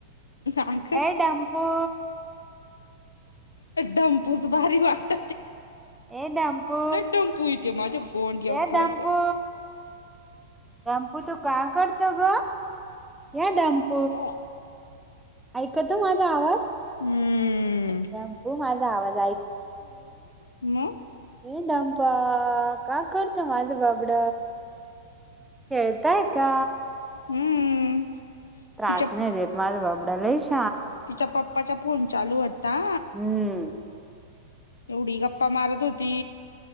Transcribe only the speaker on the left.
अग
ढंपुच भारी वाट
डंपू येते माझ्या गोंड्या
गोंड्या
<inaudible>
हम्म.
म
हम्म.
तिच्या
तिच्या पप्पाच्या फोन चालू होत ता.
एवढी गप्पा मारत होती.